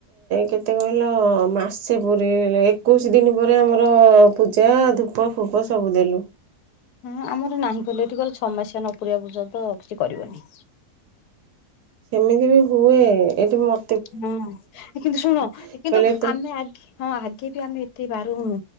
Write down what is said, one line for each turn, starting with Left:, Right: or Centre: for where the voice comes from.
Right: କେତେ କହିଲ ମାସେ ପୁରେଇଲେ ଏକୋଇଶି ଦିନ ପରେ ଆମର ପୂଜା ଧୂପ ଫୁପ ସବୁ ଦେଲୁ।
Left: ହଁ ଆମର ନାହିଁ କଲେ ଏଠି କହିଲେ ଛଅ ମାସିଆ ନ ପୁରେଇବା ପର୍ଯ୍ୟନ୍ତ କିଛି କରିବନି।
Right: ସେମିତି ବି ହୁଏ ଏଠି ମୋ
Left: ହଁ କିନ୍ତୁ ଶୁଣ
Right: କହିଲେ
Left: କିନ୍ତୁ
Right: ତୁ
Left: ଆମେ ଆଗେ ହଁ ଆଗେ ବି ଆମେ ଏତେ ବାରୁନୁ